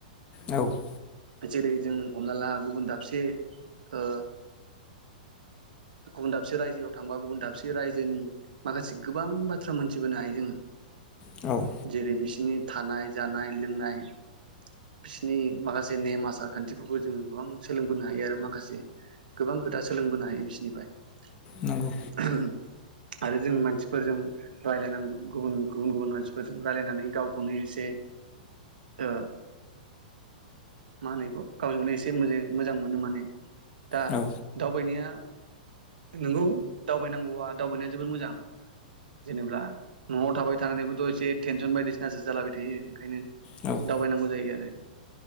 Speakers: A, on the left (about 25°); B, on the right (about 85°).
A: औ <inaudible>
B: जेरै जों हमना ला गुबुन दाबसे ओ गुबुन दाबसे रायजोआव थांबा गुबुन दाबसे रायजोनि माखासे गोबां बाथ्रा मोनथिबोनो हायो जोङो।
A: औ
B: जेरै बिसिनि थानाय जानाय लोंनाय बिसोरनि माखासे नेम आसार खान्थिफोरखौ जोङो गोबां सोलोंबोनो हायो आरो माखासे गोबां खोथा सोलोंबोनो हायो बिसोरनि फ्राय <inaudible>
A: नंगौ
B: आरो जों मानसिफोरजों रायलायनांगौ गुबुन गुबुन गुबुन मानसिफोरजों रायलायनानै गावखौनो एसे ओ मा होनो बेखौ गावजोंनो एसे मो मोजां मोनो माने। दा
A: औ
B: दावबायनाया नंगौ। दावबायनांगौबा दावबायनाया जोबोर मोजां जेनेबा न'आव थाबाय थानानैबोथ' एसे टेनसन बायदिसिना जो जालाबाय थायो ओंखायनो।
A: नंगौ
B: दावबायनांगौ जायो आरो।